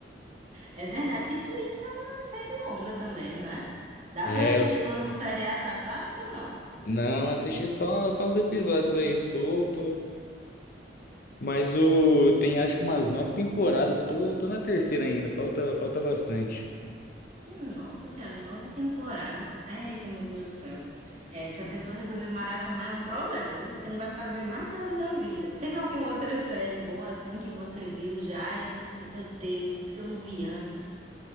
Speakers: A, on the right; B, on the left.
A: É verdade. E Suits é uma série longa também, não é? Dá
B: É,
A: pra assistir toda no feriado da Páscoa ou não?
B: não, assisti só, só uns episódios aí solto. Mas o tem acho que umas nove temporadas. Tô, tô na terceira ainda, falta, falta bastante.
A: Nossa senhora, nove temporadas. Eita, meu Deus do céu. É, se a pessoa resolver maratonar é um problema, viu? Porque não vai fazer mais nada da vida. Teve alguma outra série boa assim que você viu já e disse assim, meu Deus, porque eu não vi antes?